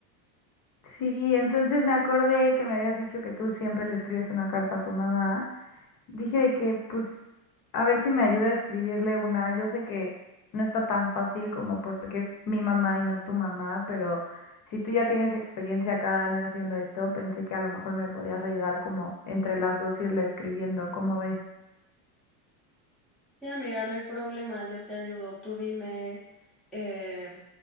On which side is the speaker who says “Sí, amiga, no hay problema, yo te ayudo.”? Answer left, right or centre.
Centre